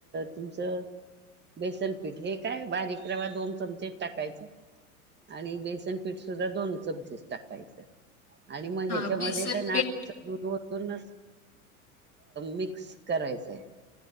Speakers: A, on the right (about 25°); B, on the left (about 85°).
A: तुमचं? बेसन पीठ हे काय बारीक रवा दोन चमचे टाकायचे. आणि बेसन पीठ सुद्धा दोन चमचेस टाकायचं. आणि मग
B: हा
A: ह्याच्यामध्ये
B: बेसन
A: तर
B: पीठ
A: तूनच मिक्स करायचंय?